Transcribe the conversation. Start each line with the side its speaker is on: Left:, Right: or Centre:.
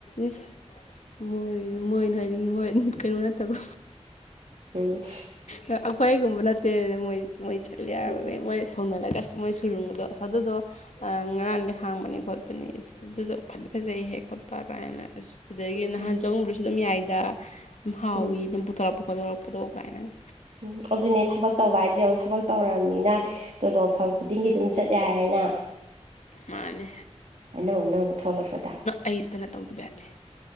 Left: ꯏꯁ ꯃꯣꯏ ꯃꯣꯏꯅ ꯍꯥꯏꯗꯤ ꯃ꯭ꯍꯣꯏ ꯀꯩꯅꯣ ꯅꯠꯇꯕ
Right: ꯎꯝ
Left: ꯑꯩꯈꯣꯏꯒꯨꯝꯕ ꯅꯠꯇꯦ ꯃꯣꯏ ꯃꯣꯏ ꯆꯠꯂꯦꯕꯅꯦ
Right: ꯎꯝ
Left: ꯃꯣꯏ ꯍꯧꯅꯔꯒ ꯑꯁ ꯃꯣꯏ ꯁꯨꯔꯨꯡꯗꯣ ꯑꯏ ꯑꯗꯨꯗꯣ ꯑ ꯉꯔꯥꯡꯗꯩ ꯍꯥꯡꯕꯅꯦ ꯈꯣꯠꯄꯅꯦ ꯏꯁ ꯑꯗꯨꯗꯨ ꯐꯗꯤ ꯐꯖꯩꯍꯦ ꯈꯣꯠꯄ ꯒꯥꯏꯅ ꯑꯁ ꯑꯗꯒꯤ ꯅꯍꯥꯟ
Right: ꯎꯝ
Left: ꯆꯪꯉꯨꯕꯗꯨꯁꯨ ꯑꯗꯨꯝ ꯌꯥꯏꯗ ꯑꯗꯨꯝ ꯍꯥꯎꯋꯤ
Right: ꯎꯝ
Left: ꯑꯗꯨꯝ ꯄꯨꯊꯔꯛꯄ ꯄꯣꯊꯣꯔꯛꯄꯗꯣ ꯀꯥꯏꯅ
Right: ꯎꯝ ꯑꯗꯨꯅꯦ ꯊꯕꯛ ꯇꯧꯕ ꯍꯥꯏꯖꯦ ꯌꯦꯡꯉꯣ ꯊꯕꯛ ꯇꯧꯔꯝꯅꯤꯅ ꯇꯣꯂꯣꯝ ꯐꯪ ꯈꯨꯗꯤꯡꯒꯤ ꯑꯗꯨꯝ ꯆꯠ ꯌꯥꯔꯦꯅ
Left: ꯃꯥꯅꯦ
Right: ꯑꯅꯧ ꯑꯅꯧꯕ ꯊꯣꯛꯂꯛꯄꯗ
Left: ꯑꯩ ꯁꯤꯗꯅ <unintelligible> ꯇꯧꯗꯕ ꯌꯥꯗꯦ